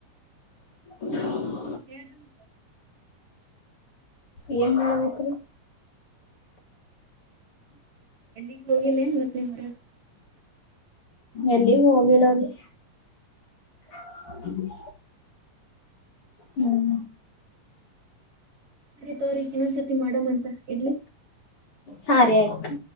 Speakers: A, on the left; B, on the right.
A: ಹ <unintelligible>
B: ಹೇಳ್ರಿ ಮತ್ತ.
A: ಏನ್ ಹೇಳ್ಬೇಕ್ರಿ.
B: ಎಲ್ಲಿಗೂ ಹೋಗಿಲ್ಲೇನ್ ಮತ್ತ.
A: ಎಲ್ಲಿಗೂ ಹೋಗಿಲ್ಲರಿ. ಹ್ಮ <unintelligible> ಹ್ಮ್
B: ಸರಿ ತೋರಿ ಇನ್ನೊಂದ್ ಸತಿ ಮಾಡಮಂತ ಇಡ್ಲಿ.
A: ಹಾ ರ ಆಯ್ತು